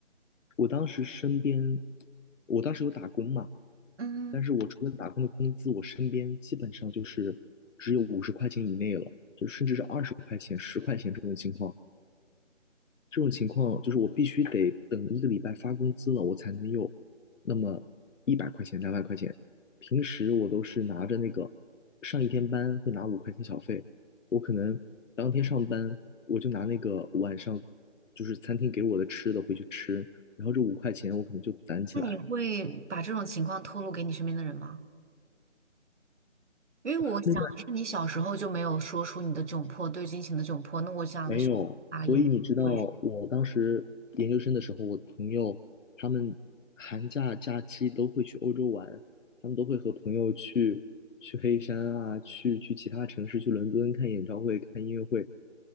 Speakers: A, on the left; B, on the right.
A: 我当时身边，我当时有打工嘛，
B: 嗯，
A: 但是我除了打工的工资，我身边基本上就是只有五十块钱以内了，就甚至是二十块钱、十块钱这种情况。这种情况就是我必须得等一个礼拜发工资了，我才能有那么一百块钱、两百块钱。平时我都是拿着那个上一天班会拿五块钱小费，我可能当天上班我就拿那个晚上就是餐厅给我的吃的回去吃，然后这五块钱我可能就攒起来。
B: 那你会把这种情况透露给你身边的人吗？因为我想的是你小时候就没有说出你的窘迫，
A: 那
B: 对金钱的窘迫。那我想的是啊，
A: 没有，所以你知道，
B: 也没有会
A: 我当时研究生的时候，我朋友他们寒假假期都会去欧洲玩，他们都会和朋友去去黑山啊，去去其他城市，去伦敦看演唱会、看音乐会。